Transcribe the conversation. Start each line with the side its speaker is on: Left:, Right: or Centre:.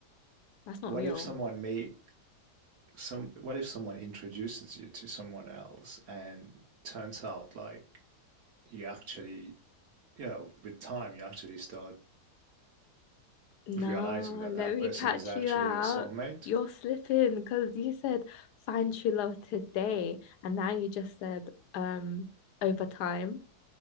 Left: That's not
Right: What
Left: real.
Right: if someone may some? What if someone introduces you to someone else, and turns out like you actually, you know, with time you actually start
Left: Nah,
Right: realizing that
Left: let
Right: that
Left: me
Right: person
Left: catch
Right: is actually
Left: you out.
Right: your soulmate,
Left: You're slipping because you said find true love today, and now you just said um over time.